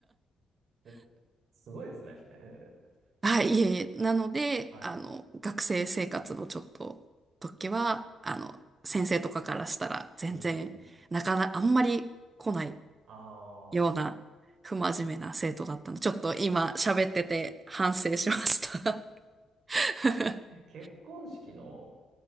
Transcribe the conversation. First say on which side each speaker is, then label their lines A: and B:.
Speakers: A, on the right; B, on the right.
A: えすごいですね。えー
B: はい、いえいえ。なので、
A: はい。
B: あの、学生生活のちょっと時は、あの、先生とかからしたら全然、
A: うん、うん。
B: なかなかあんまり来ない
A: あ
B: ような不真面目な生徒だったので、
A: あ。
B: ちょっと今喋ってて反省しました <laughs>
A: <laughs> 結婚式の